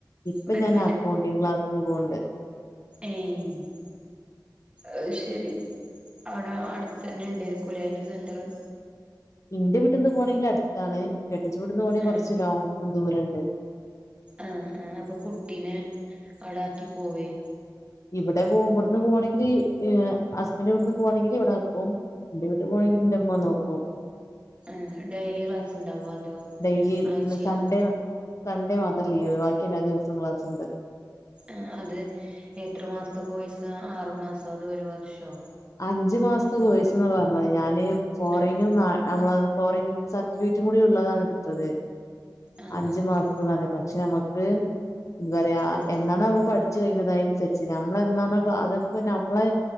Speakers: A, on the right; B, on the left.
A: എന്നിട്ട്
B: ഇപ്പ ഞൻ അക്കൗണ്ടിങ് ക്ലാസ്സിന്ഖുണ്ട്
A: ഏയ് അയ്ശരി അവിടെ അടുത്ത തന്നെ ഉണ്ടായിരിക്കും കുളിയായ്ന്റെ സെന്ററ്
B: ഇന്റെ വിട്ടന്ന് പോകണമെങ്കിൽ അടുത്താണ് കെട്ടിച്ചു വിട്ടന്ന് പോകണെങ്കിൽ കുറച്ച്
A: ആഹ്
B: ലോ ദൂരംണ്ട്
A: ആഹ് ഹ് അപ്പൊ കുട്ടിനെ അവിട ആക്കി പോവേ
B: ഇവിടെ പോ ഇവിടുന്ന് പോകവാണെങ്കിൽ ഹസ്ബൻന്റെ ഇവിടുന്ന് പോകവാണെങ്കിൽ ഇവിടെ നിക്കും. എന്റെ വീട്ട് പോണെങ്കിൽ എന്റെമ്മ നോകും.
A: ഏഹ് ഡെയ്ലി ക്ലാസ് ഉണ്ടാവോ അതോ
B: ഡെയിലി
A: ആഴ്ചലൊ?
B: സൺഡേ സൺഡേ മാത്രം ലീവ് ബാക്കി എല്ലാ ദിവസവും ക്ലാസ്ണ്ട്.
A: ആഹ് അത് എത്ര മാസത്തെ കോയിസ ആറുമാസോ അതോ ഒരു വർഷോ?
B: അഞ്ചു മാസത്ത കോയിസ്ന്ന പറഞ്ഞത് ഞാന് ഫോറനും
A: ആഹ്
B: നമ്മള ഫോറിൻ സർട്ടിഫിക്കറ്റും കൂടി ഉള്ളതാണ് ഇടുത്തത്.
A: ആഹ്
B: അഞ്ചു
A: ആഹ്
B: മാസത്തതാണ് പക്ഷെ നമക്ക് ഇത്റയാ
A: ആഹ്
B: എന്നാണോ നമ്മൾ പഠിച്ചു കഴിഞ്ഞത് അതിനുസരിച്ചരി നമ്മളെ എന്നാണോ അത് നമ്മളെ